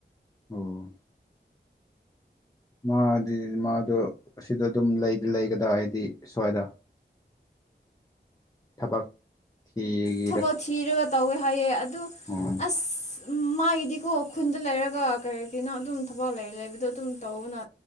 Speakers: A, on the left; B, on the left.
A: ꯑꯣ ꯃꯥꯗꯤ ꯃꯥꯗꯣ ꯑꯁꯤꯗ ꯑꯗꯨꯝ ꯂꯩꯗꯤ ꯂꯩꯒꯗ꯭ꯔꯥ ꯍꯥꯏꯗꯤ ꯁ꯭ꯋꯥꯏꯗ ꯊꯕꯛ <inaudible>
B: ꯊꯕꯛ ꯊꯤꯔꯒ ꯇꯧꯋꯦ ꯍꯥꯏꯌꯦ ꯑꯗꯨ
A: ꯑꯣ
B: ꯑꯁ ꯃꯥꯒꯤꯗꯤꯀꯣ ꯈꯨꯟꯗ ꯂꯩꯔꯒ ꯀꯔꯤꯒꯤꯅꯣ ꯑꯗꯨꯝ ꯊꯕꯛ ꯂꯩ ꯂꯩꯕꯗꯣ ꯑꯗꯨꯝ ꯇꯧꯕꯅꯥ